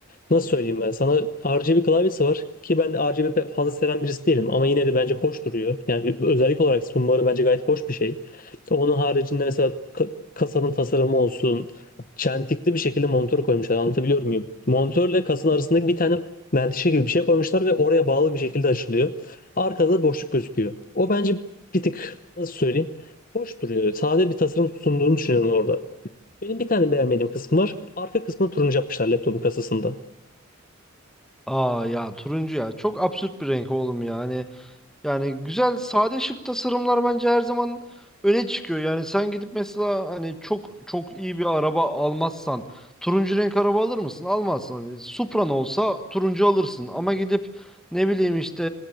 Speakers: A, on the left; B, in the centre.
A: Nasıl söyleyeyim ben sana? RGB klavyesi var ki ben RGB pek fazla seven birisi değilim ama yine de bence hoş duruyor. Yani bir özellik olarak sunmaları bence gayet hoş bir şey. Onun haricinde mesela ka- kasanın tasarımı olsun, çentikli bir şekilde monitör koymuşlar. Anlatabiliyor muyum? Monitörle kasanın arasındaki bir tane menteşe gibi bir şey koymuşlar ve oraya bağlı bir şekilde açılıyor. Arkada da boşluk gözüküyor. O bence bir tık nasıl söyleyeyim? Hoş duruyor. Sade bir tasarım sunduğunu düşünüyorum orada. Benim bir tane beğenmediğim kısım var. Arka kısmını turuncu yapmışlar laptopun kasasında.
B: Aa ya turuncu ya. Çok absürt bir renk oğlum yani. Yani güzel, sade şık tasarımlar bence her zaman öne çıkıyor. Yani sen gidip mesela hani çok çok iyi bir araba almazsan turuncu renk araba alır mısın? Almazsın. Hani Supra'n olsa turuncu alırsın ama gidip ne bileyim işte